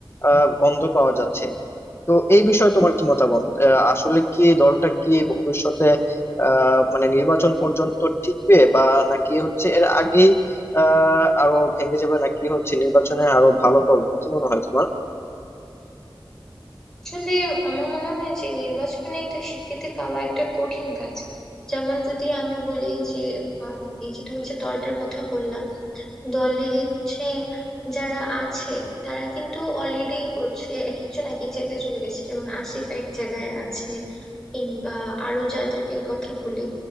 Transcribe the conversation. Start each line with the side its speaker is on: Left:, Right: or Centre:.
Left: আহ, গন্ধ পাওয়া যাচ্ছে তো এই বিষয়ে তোমার কি মতামত আহ, আসলে কি এই দলটা কি ভবিষ্যতে আহ মানে নির্বাচন পর্যন্ত টিকবে বা নাকি হচ্ছে এর আগেই আহ আরো ভেঙে যাবে নাকি হচ্ছে নির্বাচনে আরো ভালো করবে কি মনে হয় তোমার
Centre: আসলে আমার মনে হয় যে নির্বাচনে একটা স্বীকৃতি পাওয়া একটা কঠিন কাজ যেমন যদি আমরা বলি যে আহ, এই যে তুমি যে দলটার কথা বললা দলে হচ্ছে যারা আছে তারা কিন্তু অলরেডি হচ্ছে এক একজন এক এক জায়গায় চলে গেছে যেমন আসিফ এক জায়গায় আছে কিংবা আরো যাদেরকে কথা বলি